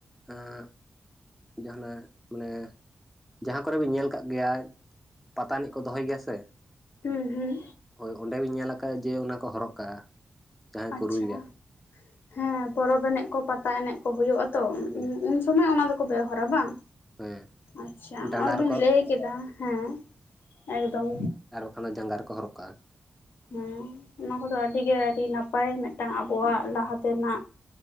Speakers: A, in the centre; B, on the left.
A: ᱮᱸᱜ ᱡᱟᱦᱟᱱᱟᱜ ᱢᱟᱱᱮ ᱡᱟᱦᱟᱸ ᱠᱚᱨᱮ ᱵᱤᱱ ᱧᱮᱞ ᱠᱟᱜ ᱜᱮᱭᱟ ᱯᱟᱛᱟ ᱮᱱᱤᱡ ᱠᱚ ᱫᱚᱦᱚᱭ ᱜᱮᱭᱟ ᱥᱮ
B: ᱦᱩᱸ ᱦᱩᱸ᱾
A: ᱦᱳᱭ ᱚᱸᱰᱮ ᱵᱤᱱ ᱧᱮᱞ ᱟᱠᱟᱫᱼᱟ ᱡᱮ ᱚᱱᱟ ᱠᱚ ᱦᱚᱨᱚᱜ ᱠᱟᱜᱼᱟ᱾ ᱡᱟᱦᱟᱸᱭ ᱠᱚ
B: ᱟᱪᱪᱷᱟ
A: ᱨᱩᱭᱟ
B: ᱦᱮᱸ ᱯᱚᱨᱚᱵᱽ ᱮᱱᱮᱡ ᱠᱚ ᱯᱟᱛᱟ ᱮᱱᱮᱡ ᱠᱚ ᱦᱩᱭᱩᱜᱼᱟ᱾ ᱛᱚ
A: ᱦᱳᱭ
B: ᱩᱱ ᱥᱚᱢᱚᱭ ᱚᱱᱟ ᱫᱚᱠᱚ ᱵᱮᱣᱦᱟᱨᱟ ᱵᱟᱝ?
A: ᱦᱮᱸ
B: ᱟᱪᱪᱷᱟ ᱱᱚᱜᱼᱚᱭ
A: ᱰᱟᱸᱰᱟ
B: ᱵᱤᱱ
A: ᱨᱮᱠᱚ
B: ᱞᱟᱹᱭ ᱠᱮᱫᱟ ᱦᱮᱸ ᱮᱠᱫᱚᱢ᱾
A: ᱚᱱᱟ ᱡᱟᱸᱜᱟ ᱨᱮᱠᱚ ᱦᱚᱨᱚᱜ ᱠᱟᱜᱼᱟ᱾
B: ᱦᱮᱸ ᱚᱱᱟ ᱠᱚᱫᱚ ᱟᱹᱰᱤᱜᱮ ᱟᱹᱰᱤ ᱱᱟᱯᱟᱭ ᱢᱤᱫᱴᱟᱝ ᱟᱵᱚᱣᱟᱜ ᱞᱟᱦᱟ ᱛᱮᱱᱟᱜ